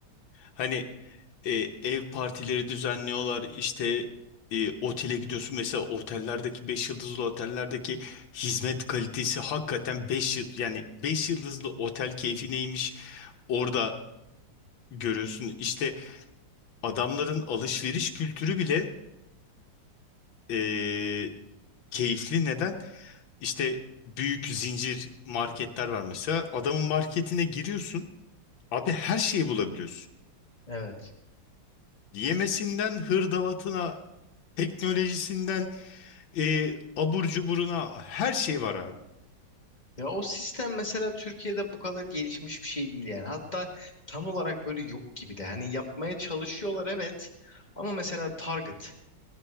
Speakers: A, on the left; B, on the left.
A: Hani e, ev partileri düzenliyorlar. İşte e, otele gidiyorsun mesela otellerdeki 5 yıldızlı otellerdeki hizmet kalitesi hakikaten 5 yıl yani 5 yıldızlı otel keyfi neymiş orada görüyorsun. İşte adamların alışveriş kültürü bile e, keyifli. Neden? İşte büyük zincir marketler var mesela. Adamın marketine giriyorsun. Abi her şeyi bulabiliyorsun.
B: Evet.
A: Yemesinden hırdavatına, teknolojisinden e, abur cuburuna her şey var abi.
B: Ya o sistem mesela Türkiye'de bu kadar gelişmiş bir şey değil yani. Hatta tam olarak böyle yok gibi de. Hani yapmaya çalışıyorlar evet. Ama mesela Target